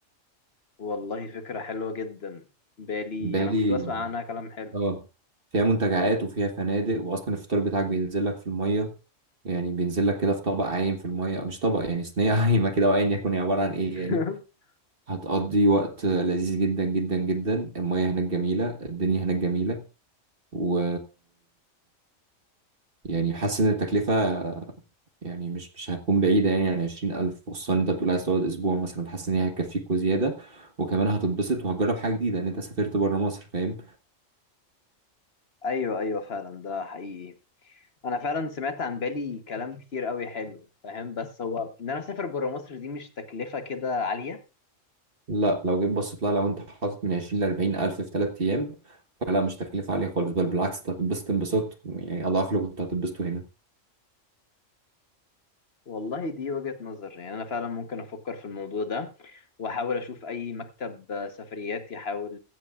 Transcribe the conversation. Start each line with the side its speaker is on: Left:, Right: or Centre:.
Left: والله فكرة حلوة جدا بالي
Right: بقالي
Left: أنا كنت بسمع عنها كلام حلو
Right: اه فيها منتجعات وفيها فنادق واصلا الفطار بتاعك بينزل لك في الميه يعني بينزل لك كده في طبق عايم في الميه مش طبق يعني صينيه <laughs> عايمه كده وايا يكن هي عباره عن ايه
Left: <laughs>
Right: يعني هتقضي وقت لذيذ جدا جدا جدا الميه هناك جميله الدنيا هناك جميله و يعني حاسس ان التكلفه يعني مش مش هتكون بعيده يعني عن 20000 خصوصا إن انت بتقول عايز تقعد اسبوع مثلا حاسس ان هي هتكفيك وزياده وكمان هتتبسط وهتجرب حاجه جديده ان انت سافرت بره مصر فاهم
Left: أيوة أيوة فعلا ده حقيقي أنا فعلا سمعت عن بالي كلام كتير قوي حلو فاهم بس هو إن أنا أسافر برا مصر دي مش تكلفة كده عالية
Right: لا لو جيت بصيت لها لو انت حاطط من 20 ل 40 الف في ثلاث ايام فلا مش تكلفه عاليه خالص بل بالعكس انت هتتبسط انبساط يعني اضعاف اللي كنت هتتبسطه هنا
Left: والله دي وجهة نظر يعني أنا فعلا ممكن أفكر في الموضوع ده وأحاول أشوف أي مكتب سفريات يحاول